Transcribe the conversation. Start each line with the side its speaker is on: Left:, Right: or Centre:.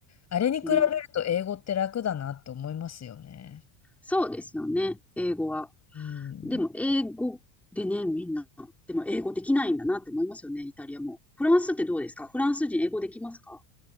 Left: あれに比べると英語って楽だなって思いますよね。
Centre: ね。そうですよね、英語は。
Left: うん。
Centre: でも、英語でね、みんな。でも、英語できないんだなって思いますよね、イタリアも。フランスってどうですかフランス人英語できますか